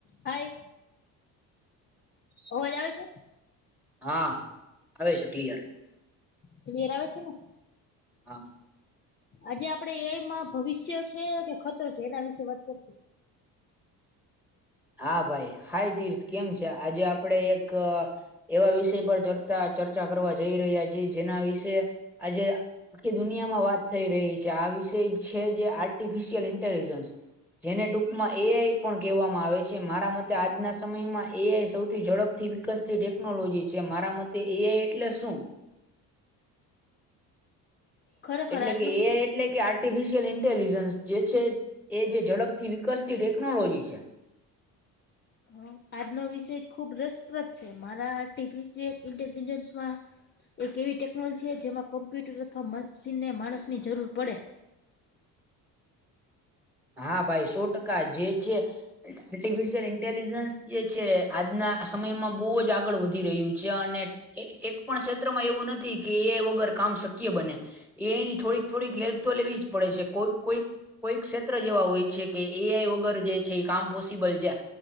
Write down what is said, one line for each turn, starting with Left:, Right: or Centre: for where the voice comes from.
Left: હાય અવાજ આવે છે?
Centre: હા આવે છે ક્લીયર.
Left: ક્લીયર આવે છે ને?
Centre: હા.
Left: આજે આપડે એ આઈ માં ભવિષ્ય છે કે ખતરો છે એના વિશે વાત કરશુ
Centre: હા ભાઈ હાઈ તીર્થ કેમ છે આજે આપડે એક એવા વિષય પર ચ ચા ચર્ચા કરવા જઈ રહ્યા છે જેના વિશે આજે આખી દુનિયામાં વાત થઈ રહી છે આ વિષય છે જે આર્ટિફિશિયલ ઇન્ટેલિજન્સ જેને ટૂંકમાં એ આઈ પણ કેહવામાં આવે છે મારા મતે આજના સમયમાં એ આઈ સૌથી ઝડપથી વિકસતી ટેકનોલોજી છે મારા મત તે એ આઈ એટલે શું?
Left: ખરેખર
Centre: એટલે
Left: આજનો
Centre: કે
Left: વિષય
Centre: એ આઈ એટલે કે આ ર્ટિફિશયલ ઇન્ટેલિજન્સ જે છે એ જે ઝડપથી વિકસતી ટેકનોલોજી છે.
Left: હા આજનો વિષય જ ખુબ રસપ્રદ છે મારા આર્ટિફિશયલ ઇન્ટેલજન્સમાં એક એવી ટેકનોલોજી છે જેમાં કમ્પ્યુટર અથવા મન્શીનને માણસની જરૂર પડે.
Centre: હા ભાઈ સો ટકા જે છે આર્ટિફિશિયલ ઇન્ટેલિજન્સ જે છે આજના સમયમાં બઉ જ આગળ વધી રહ્યું છે અને એક એક પણ ક્ષેત્રમાં એવું નથી કે એ આઈ વગર કામ શક્ય બને. એ આઈ ની થોડીક થોડીક હેલ્પ તો લેવી જ પડે છે કોઈક કોઈક કોઈક ક્ષેત્ ત્ર જ એવા હોય છે કે એ આઈ વગર જે છે એ કામ પોસિબલ જા